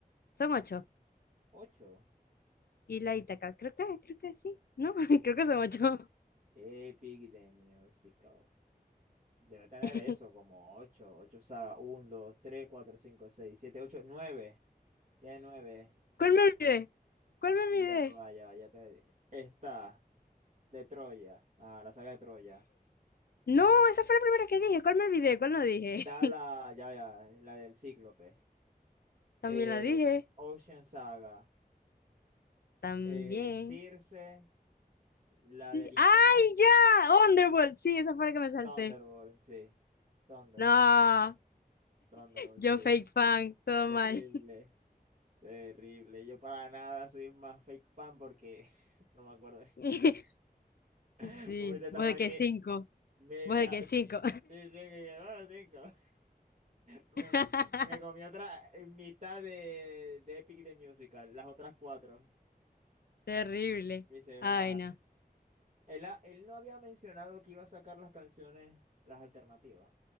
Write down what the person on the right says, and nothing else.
Ocho.
Epic de Musical. Debe tener
eso, como ocho. Ocho sagas. Uno, dos, tres, cuatro, cinco, seis, siete, ocho, nueve. Tiene nueve.
Ya va, ya va, ya te... Está de Troya. Ah, la saga de Troya.
Está
la, ya, ya, la del Cíclope.
Eh,
Ocean Saga.
Eh, Circe. La
del inframundo.
Thunderbolt, sí. Thunderbolt.
Thunderbolt,
sí.
Terrible.
Terrible. Yo para nada soy más fake fan porque <laughs> no me acuerdo.
<laughs> Me
he tardado
aquí
media...
Sí, sí, que- bueno, cinco. Me,
me comí otra mitad de, de Epic de Musical, las otras cuatro.
Mi cerebro
la...
Él, ha- él no había mencionado que iba a sacar las canciones, las alternativas.